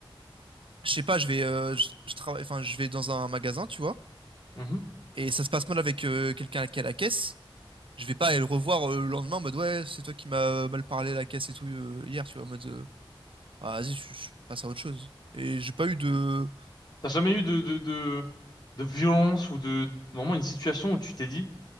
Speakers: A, on the right; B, on the left.
A: je sais pas, je vais, euh, je, je travaille, enfin, je vais dans un magasin, tu vois,
B: ouais. Mhm.
A: et ça se passe mal avec euh, quelqu'un qui est à la caisse. Je vais pas aller le revoir euh, le lendemain en mode ouais, c'est toi qui m'as mal parlé à la caisse et tout euh, hier, tu vois, en mode euh, ah, vas-y, je, je passe à autre chose. Et j'ai pas eu de
B: T'as jamais eu de, de, de, de violence ou de, vraiment une situation où tu t'es dit,